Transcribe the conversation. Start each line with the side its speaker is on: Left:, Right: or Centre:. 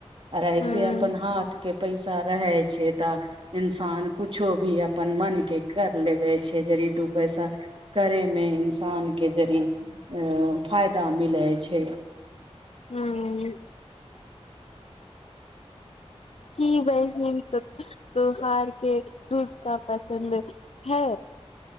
Right: आर ऐसे
Left: हूँ
Right: अपन हाथ के पैसा रहे छै तऽ इंसान कुछो भी अपन मन के कर लेवे छै, जड़ी दू पैसा करे मे इंसान के जड़ी अ फायदा मिले छै।
Left: हूँ की बहिन तो तोहार के टुसका पसन्द छै।